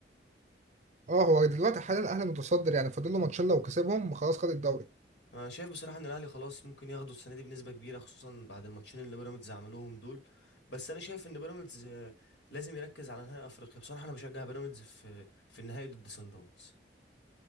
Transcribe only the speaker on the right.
اه هو دلوقتي حاليا الاهلي متصدر يعني فاضل له ماتشين لو كسبهم خلاص خد الدوري